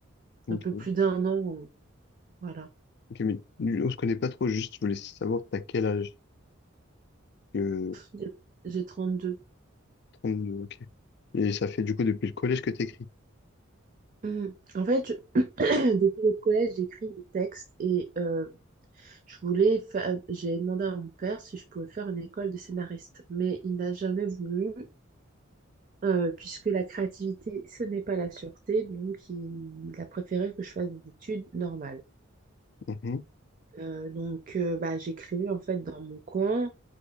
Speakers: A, on the left; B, on the right.
A: ok.
B: un peu plus d'un an. euh, voilà.
A: Ok, mais du- on se connaît pas trop, juste je voulais savoir t'as quel âge que
B: J'ai j'ai deux
A: deux ok. Et ça fait du coup depuis le collège que t'écris.
B: Mm. En fait, je- <clears throat> depuis le collège, j'écris des textes et euh, je voulais fa- j'ai demandé à mon père si je pouvais faire une école de scénariste, mais il n'a jamais voulu, euh, puisque la créativité, ce n'est pas la sûreté, donc il, il a préféré que je fasse des études normales.
A: Mhm.
B: Euh, donc, euh, bah, j'écrivais en fait dans mon coin.